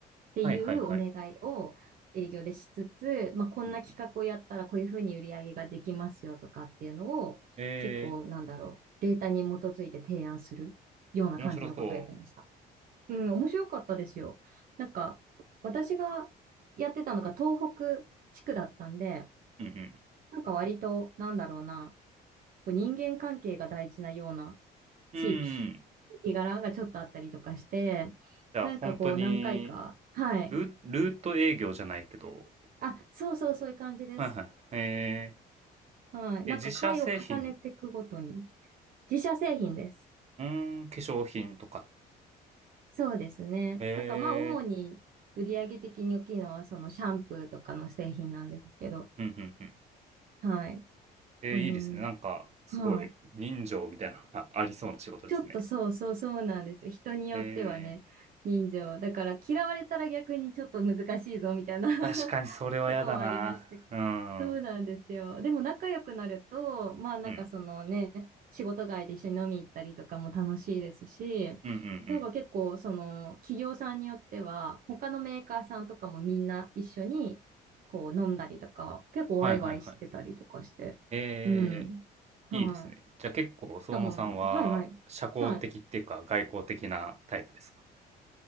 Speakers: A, on the right; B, on the right.
A: ていうお願いを営業でしつつ、
B: はいはいはい。
A: まあ、こんな企画をやったらこういうふうに売り上げができますよとかっていうのを結構なんだろう、
B: うん、うん。え
A: データに基づいて提案するような感じのことをやってました。
B: ー、面白そ
A: うん、面白かったですよ。なんか、私がやってたのが東北地区だったんで、
B: う。うん、
A: なんか割と、なんだろうな、こう人間関係が大事なような
B: うん。
A: 地域、
B: うん。
A: 地域柄がちょっとあったりとかして、
B: じゃあ、
A: なんかこう何回か、
B: 本当に、
A: はい。
B: ル、ルート営業じゃないけど、
A: あ、そうそうそういう感じです。
B: はいはい。え
A: はい。なんか回を重ねていくごとに。
B: ー、え、自社製品、
A: 自社製品です。
B: うーん、化粧品とか。
A: そうですね。
B: え
A: なんかまあ主に売上的に大きいのはそのシャンプーとかの製品なんですけど、
B: ー、うん、うん、うん。
A: はい。
B: えー、
A: そうね。
B: いいですね。なんか、すごい、
A: はい。
B: 人情みたいなのが <laughs> ありそうな仕事ですね。
A: ちょっとそうそうそうなんですよ。人によってはね、
B: えー、
A: 人情。だから嫌われたら逆にちょっと難しいぞみたいな <laughs>
B: 確かにそれは嫌だな。
A: とこはありましたけど。
B: うん。
A: そうなんですよ。でも仲良くなると、まあなんかそのね、
B: うん。
A: 仕事外で一緒に飲み行ったりとかも楽しいですし、
B: うんうんうん。
A: なんか結構その企業さんによっては、他のメーカーさんとかもみんな一緒にこう飲んだりとか、結構ワイワイしてたりとかして。
B: はいはいはい。え
A: うん。はい。
B: ー、いいですね。じゃあ結構、
A: しかも、
B: 相馬さんは、
A: はいはい。
B: 社交的っていうか、
A: はい。
B: 外交的なタイプですか